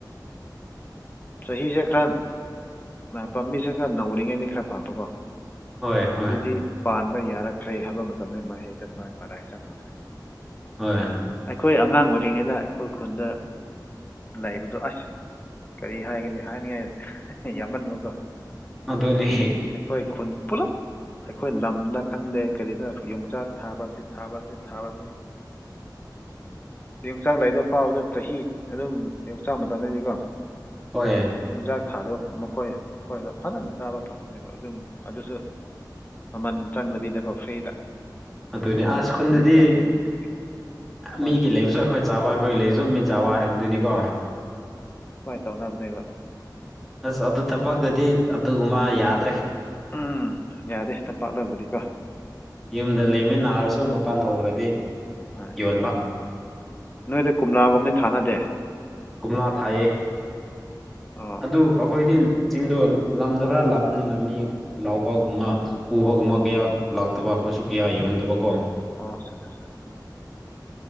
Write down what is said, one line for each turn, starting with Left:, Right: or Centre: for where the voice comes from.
Left: ꯆꯍꯤꯁꯦ ꯈꯔ ꯄꯥꯝꯕꯤꯁꯦ ꯈꯔ ꯅꯧꯔꯤꯉꯩꯗꯤ ꯈꯔ ꯐꯕꯀꯣ
Centre: ꯍꯣꯏ ꯍꯣꯏ
Left: ꯑꯗꯨꯗꯤ ꯄꯥꯟꯕ ꯌꯥꯔꯛꯇ꯭ꯔꯦ ꯍꯥꯏꯕ ꯃꯇꯝꯗ ꯃꯥ ꯍꯦꯛꯇ ꯃꯥꯏ ꯃꯔꯥꯏ ꯆꯪꯕꯁꯦ
Centre: ꯍꯣꯏ
Left: ꯑꯩꯈꯣꯏ ꯑꯉꯥꯡ ꯑꯣꯏꯔꯤꯉꯩꯗ ꯑꯩꯈꯣꯏ ꯈꯨꯟꯗ ꯂꯩꯕꯗꯣ ꯑꯁ ꯀꯔꯤ ꯍꯥꯏꯒꯅꯤ ꯍꯥꯏꯅꯤꯡꯉꯥꯏ ꯌꯥꯝꯃꯟꯕꯀꯣ
Centre: ꯑꯗꯨꯅꯤ
Left: ꯈꯣꯏꯈꯨꯟ ꯄꯨꯣꯂꯞ ꯑꯩꯈꯣꯏ ꯂꯝꯅ ꯈꯪꯗꯦ ꯀꯔꯤꯗ ꯌꯣꯡꯆꯥꯛ ꯊꯥꯕꯁꯤ ꯊꯥꯕꯁꯤ ꯊꯥꯕꯁꯤ ꯌꯣꯡꯆꯥꯛ ꯂꯩꯗ ꯐꯥꯕꯗ ꯆꯍꯤ ꯑꯗꯨꯝ ꯌꯣꯡꯆꯥꯛ ꯃꯇꯝꯗꯅꯤꯀꯣ
Centre: ꯍꯣꯏ
Left: ꯌꯣꯡꯆꯥꯛ ꯊꯥꯗꯕ ꯃꯈꯣꯏ ꯑꯩꯈꯣꯏꯗ ꯐꯖꯅ ꯆꯥꯕ ꯐꯪꯕꯅꯦꯕ ꯑꯗꯨꯝ ꯑꯗꯨꯁꯨ ꯃꯃꯟ ꯆꯪꯗꯕꯤꯗꯀꯣ ꯐ꯭ꯔꯤꯗ
Centre: ꯑꯗꯨꯅꯦ ꯑꯁ ꯈꯨꯟꯗꯗꯤ
Left: ꯌꯣꯡꯆꯥꯛ ꯌꯣꯟꯃꯟꯕꯒꯤ ꯍꯣꯏ
Centre: ꯃꯤꯒꯤ ꯂꯩꯕꯁꯨ ꯑꯩꯈꯣꯏ ꯆꯥꯕ ꯑꯩꯈꯣꯏꯒꯤ ꯂꯩꯕꯁꯨ ꯃꯤ ꯆꯥꯕ ꯍꯥꯏꯕꯗꯨꯅꯤꯀꯣ
Left: ꯁꯨꯃꯥꯏꯅ ꯇꯧꯅꯕꯅꯦꯕ
Centre: ꯑꯁ ꯑꯗꯨ ꯊꯄꯗꯗꯤ ꯑꯗꯨꯒꯨꯝꯕ ꯌꯥꯗ꯭ꯔꯦ
Left: ꯎꯝ ꯌꯥꯗꯦ ꯊꯄꯥꯛꯇꯕꯨꯗꯤꯀꯣ
Centre: ꯌꯨꯝꯗ ꯂꯩꯃꯤ ꯅꯥꯔꯁꯨ ꯃꯄꯥꯟ ꯊꯣꯛꯈ꯭ꯔꯗꯤ
Left: ꯍꯣꯏ
Centre: ꯌꯣꯟꯕ
Left: ꯅꯣꯏꯗ ꯀꯣꯝꯂꯥꯒꯣꯝꯗꯤ ꯊꯥꯅꯗꯦ
Centre: ꯀꯨꯝꯂ ꯊꯥꯏꯌꯦ
Left: ꯑꯣ
Centre: ꯑꯗꯨ ꯑꯩꯈꯣꯏꯗꯤ ꯆꯤꯡꯗꯣ ꯂꯝꯗꯣ ꯈꯔ ꯂꯥꯞꯄꯅꯤꯅ ꯃꯤ ꯂꯥꯎꯕꯒꯨꯝꯕ
Left: ꯑꯣ
Centre: ꯎꯕꯒꯨꯝꯕ ꯀꯌꯥ ꯂꯥꯛꯇꯕ ꯍꯣꯠꯁꯨ ꯀꯌꯥ ꯌꯣꯟꯗꯕ ꯀꯣ
Left: ꯑꯣ ꯑꯆꯥ ꯑ